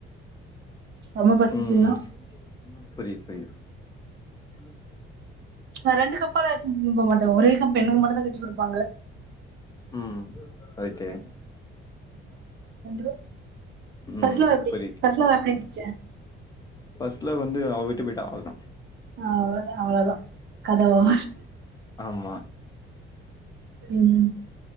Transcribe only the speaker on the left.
உம் உம் புரிது புரிது உம்
ம் ஓகே
ம்
புரியுது
ஃபர்ஸ்ட் லவ் வந்து அவ விட்டு போயிட்டா அவ்ள தா
ஆ